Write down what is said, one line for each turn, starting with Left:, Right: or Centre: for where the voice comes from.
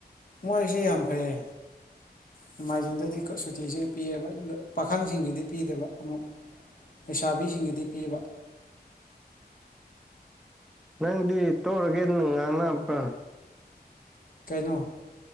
Left: ꯃꯣꯏꯁꯦ ꯌꯥꯝ ꯐꯩꯌꯦ ꯅꯣꯡꯃꯥꯏꯖꯤꯡꯗꯗꯤ ꯁꯨꯇꯤꯁꯦ ꯄꯤꯌꯦꯕ ꯄꯥꯈꯪꯁꯤꯡꯒꯤꯗꯤ ꯄꯤꯗꯕ ꯑꯃꯨꯛ ꯂꯩꯁꯥꯕꯤꯁꯤꯡꯒꯤꯗꯤ ꯄꯤꯕ
Centre: ꯅꯪꯗꯤ ꯇꯧꯔꯒꯦ ꯅꯨꯡ ꯉꯥꯡꯅꯕ꯭ꯔꯥ
Left: ꯀꯩꯅꯣ